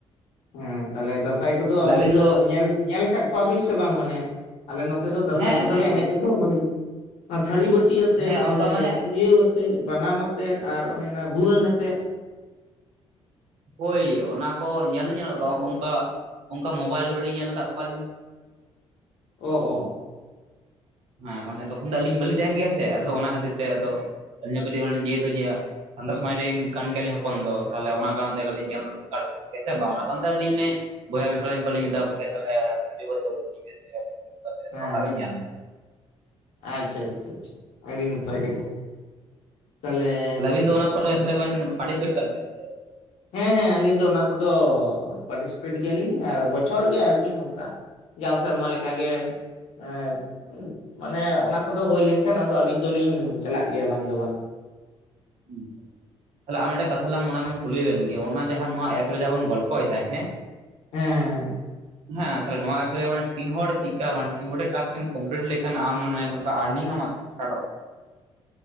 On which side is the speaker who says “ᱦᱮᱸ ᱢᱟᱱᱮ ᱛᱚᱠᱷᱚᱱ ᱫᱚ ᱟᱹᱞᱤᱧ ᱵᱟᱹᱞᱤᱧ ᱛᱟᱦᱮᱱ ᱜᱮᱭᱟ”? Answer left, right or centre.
Right